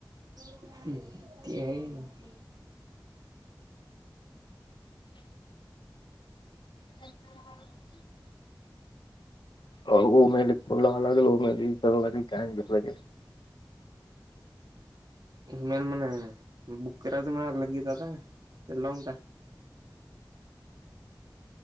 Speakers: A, on the right; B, on the left.
A: ते ते हाय.
B: अ <unintelligible> अऊ म्याली फोन लावू लागल ओ म्हणली काय <unintelligible>
A: खीलम्याल म्हणा. बुक्कराज मार लगेच आता ते लावून टाक